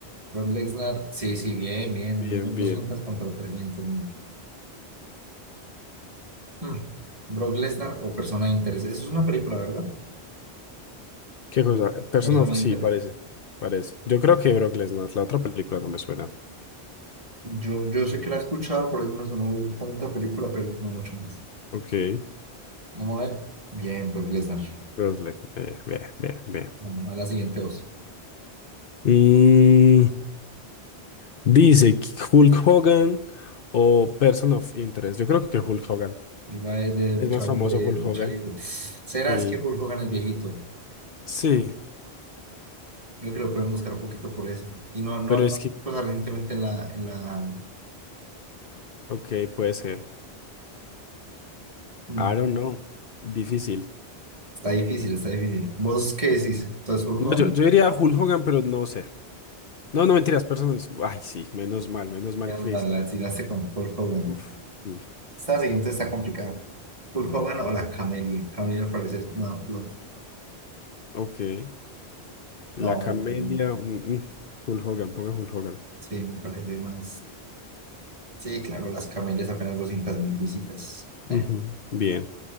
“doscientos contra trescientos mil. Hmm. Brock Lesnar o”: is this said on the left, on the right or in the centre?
Right